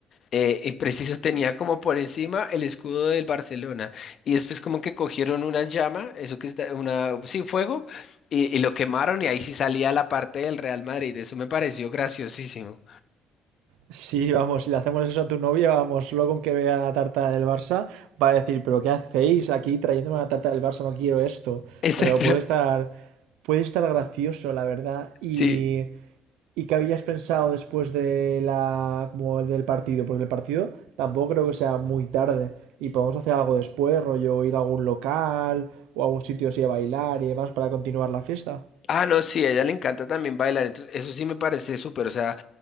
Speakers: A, on the left; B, on the right.
A: eh, y preciso tenía como por encima el escudo del Barcelona. Y después como que cogieron una llama, eso que está, una, sí, fuego, y, y lo quemaron y ahí sí salía la parte del Real Madrid. Eso me pareció graciosísimo.
B: Sí, vamos, si le hacemos eso a tu novia, vamos, solo con que vea la tarta del Barça, va a decir, pero ¿qué hacéis aquí trayéndome una tarta del Barça? No quiero esto.
A: <laughs> Exacto.
B: Pero puede estar, puede estar gracioso, la verdad. Y,
A: sí
B: y qué habías pensado después de la, como del partido, porque el partido tampoco creo que sea muy tarde. Y podemos hacer algo después, rollo ir a algún local o a algún sitio así a bailar y demás para continuar la fiesta.
A: Ah, no, sí, a ella le encanta también bailar, entonces eso sí me parece súper, o sea,